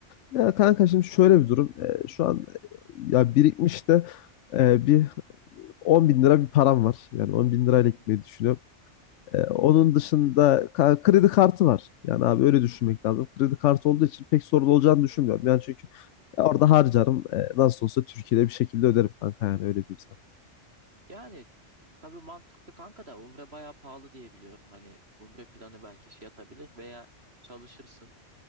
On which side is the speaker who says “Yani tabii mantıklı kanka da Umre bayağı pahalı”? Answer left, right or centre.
Right